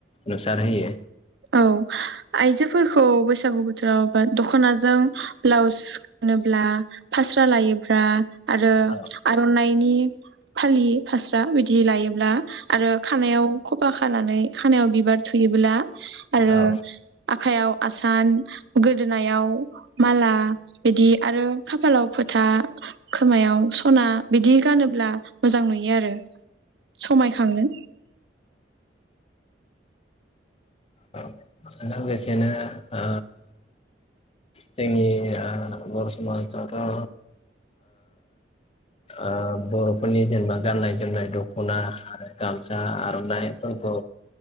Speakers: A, on the left (about 35°); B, on the right (about 70°).
A: नुसारहोयो
B: औ आइजोफोरखौ बैसागु बोथोरावा बा दख'नाजों ब्लाउस गानोब्ला फास्रा लायोब्ला आरो
A: औ
B: आर'ननाइनि फालि फास्रा बायदि लायोब्ला आरो खानायाव खफा खानानै खानायाव बिबार थुयोब्ला आरो
A: औ
B: आखाइयाव आसान गोदोनायाव माला बिदि आरो खाफालाव फोथा खोमायाव सना बिदि गानोब्ला मोजां नुयो आरो समाय खाङो
A: अ लोगोसेनो ओ जोंनि ओ बर' समाजावथ' ओ ओ बर'फोरनि जेनेबा गाननाय जोमनाय दख'ना आरो गामसा आर'नाइफोरखौ